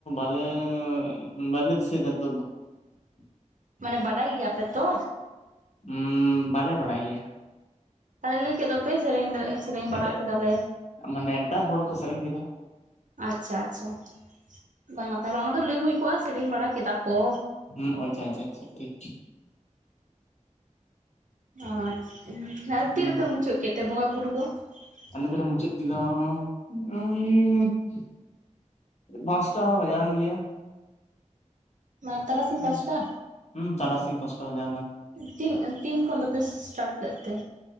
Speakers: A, on the left (about 60°); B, on the right (about 80°).
A: <unintelligible>
B: ᱢᱟᱱᱮ ᱵᱟᱰᱟᱭ ᱜᱮᱭᱟᱯᱮ ᱛᱚ
A: ᱩᱸ ᱵᱟᱞᱮ ᱵᱟᱲᱟᱭ ᱜᱮᱭᱟ
B: ᱛᱟᱦᱞᱮ ᱞᱟᱹᱭ ᱠᱮᱫ ᱫᱚᱯᱮ ᱥᱮᱨᱮᱧ ᱫᱚ ᱥᱮᱨᱮᱧ ᱵᱟᱲᱟ
A: ᱮᱴᱟᱜ
B: ᱠᱮᱫᱟᱞᱮ
A: ᱢᱟᱱᱮ ᱮᱴᱟᱜ ᱦᱚᱲ ᱠᱚ ᱥᱮᱨᱮᱧ ᱠᱮᱫᱟ
B: ᱟᱪᱪᱷᱟ ᱟᱪᱪᱷᱟ ᱵᱟᱝᱟ ᱛᱟᱦᱚᱞᱮ ᱚᱱᱟ ᱫᱚ ᱞᱟᱹᱭ ᱦᱩᱭ ᱠᱚᱜ-ᱟ ᱥᱮᱨᱮᱧ ᱵᱟᱲᱟ ᱠᱮᱫᱟ ᱠᱚ
A: ᱦᱩᱸ ᱟᱪᱪᱷᱟ ᱟᱪᱪᱷᱟ ᱟᱪᱪᱷᱟ ᱴᱷᱤᱠ
B: <inaudible>
A: ᱦᱩᱸ ᱟᱞᱮ ᱫᱚᱞᱮ ᱢᱩᱪᱟᱹᱫ <unintelligible> ᱯᱟᱸᱪᱴᱟ ᱵᱟᱡᱟᱣᱟᱱ ᱜᱮᱭᱟ
B: ᱢᱟ ᱛᱟᱨᱟᱥᱤᱧ
A: ᱦᱩᱸ
B: ᱯᱟ ᱥᱴᱟ
A: ᱦᱩᱸ ᱛᱟᱨᱟᱥᱤᱧ ᱯᱟᱸᱪᱴᱟ ᱵᱟᱡᱟᱣᱱᱟ
B: ᱛᱤᱱ ᱛᱤᱱ ᱠᱷᱚᱱ ᱫᱚᱯᱮ ᱥᱴᱟᱴ ᱞᱮᱫ ᱛᱮ?